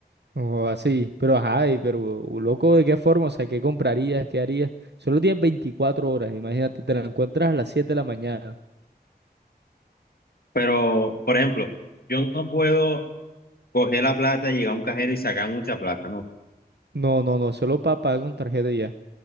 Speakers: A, on the right; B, on the left.
A: O así, pero ajá, y pero loco, ¿de qué forma? O sea, ¿qué comprarías? ¿Qué harías? Solo tienes 24 horas, imagínate, te la encuentras a las 7 de la mañana.
B: Pero, por ejemplo, yo no puedo coger la plata, llegar a un cajero y sacar mucha plata, ¿no?
A: No, no, no, solo para pagar con tarjeta y ya.